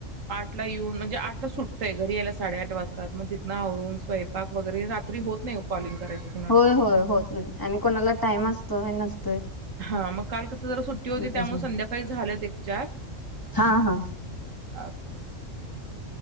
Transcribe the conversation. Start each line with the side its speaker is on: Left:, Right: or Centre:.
Right: आठला येऊन म्हणजे आठ ला सुटतंय घरी यायला साडे आठ वाजतात मग तिथंन आवरून स्वयंपाक वगैरे रात्री होत नाही ओ कॉलिंग. करायचं कोणाला.
Left: होय होय होत नाही आणि कोणाला टाइम असतो नाही नस
Right: हा मग काल कस जरा सुट्टी होती त्यामुळ
Left: कशी
Right: संध्याकाळी झाल्यात एक चार
Left: हा हा
Right: अस